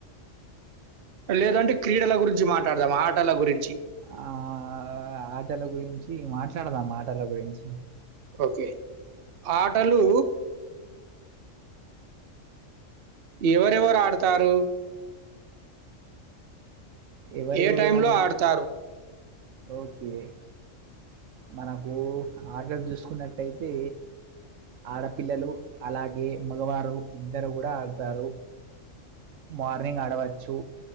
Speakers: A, on the right (about 55°); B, on the right (about 75°).
A: లేదంటే క్రీడల గురించి మా ట్లాడుదాం ఆటల గురిం
B: ఆ ఆటల గురించి మాట్లాడదాం టల గురించి
A: ఒకే ఆటలు ఎవరెవరు ఆడతారు
B: ఎవరెవరు
A: ఏ టైమ్
B: అన్
A: లో ఆడతారు
B: ఓకే మనకు ఆటలు చూసుకున్నట్టయితే ఆడపిల్లలు అలాగే మగవారు ఇద్దరు గూడా ఆడతారు మార్నింగ్ ఆడవచ్చు